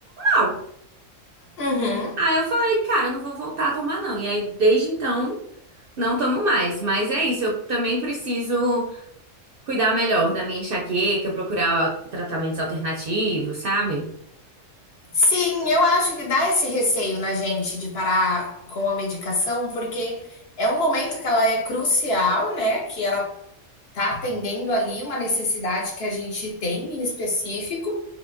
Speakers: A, on the right; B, on the left.
A: mal.
B: Uhum.
A: Aí eu falei, cara, eu não vou voltar a tomar, não. E aí, desde então, não tomo mais. Mas é isso, eu também preciso. cuidar melhor da minha enxaqueca, procurar tratamentos alternativos, sabe?
B: Sim, eu acho que dá esse receio na gente de parar com a medicação, porque é um momento que ela é crucial, né? Que ela tá atendendo ali uma necessidade que a gente tem em específico,